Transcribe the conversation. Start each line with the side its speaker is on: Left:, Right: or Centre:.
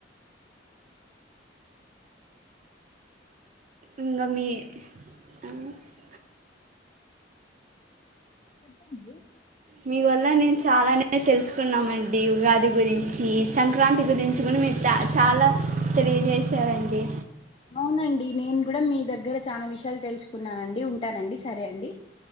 Right: ఇంగ మీ అల్లో
Left: చెప్పండి
Right: మీ వల్ల నేను చాలానే తెలుసుకున్నామండి ఉగాది గురించి సంక్రాంతి గురించి కూడా నేర్చ్ చా చాలా తెలియజేశారండి
Left: అవునండి నేను కూడా మీ దగ్గర చాలా విషయాలు తెలుసుకున్నానండి ఉంటానండి సరే అండి